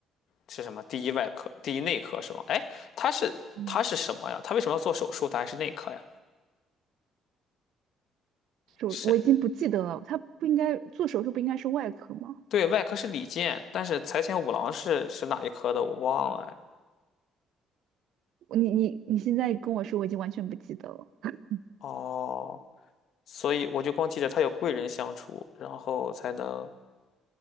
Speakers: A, on the left; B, on the right.
A: 是什么第一外科、第一内科是吧？哎，他是他是什么呀？
B: 嗯，
A: 他为什么要做手术？他还是内科呀？
B: 手我已经不记得了，
A: 是，
B: 他不应该做手术，不应该是外科吗？
A: 对，外科是李健，但是财前五郎是是哪一科的？我忘了哎。
B: 我你你你现在跟我说，我已经完全不记得了。<laughs>
A: 哦，所以我就光记着他有贵人相助，然后才能